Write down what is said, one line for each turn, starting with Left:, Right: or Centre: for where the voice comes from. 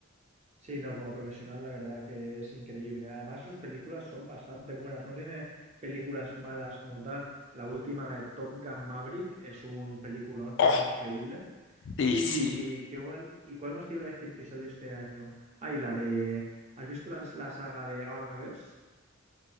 Right: Sí, no, como profesional, la verdad que es increíble. Además, sus películas son bastante buenas, no tiene películas malas como tal. La última, la de Top Gun Maverick, es un peliculón también
Left: Oh,
Right: increíble.
Left: Sí,
Right: ¿Y,
Left: sí.
Right: qué, igual- ¿Y cuál más te iba a decir que sale este año? Ay, la de... ¿Has visto la, la saga de Ahora me ves?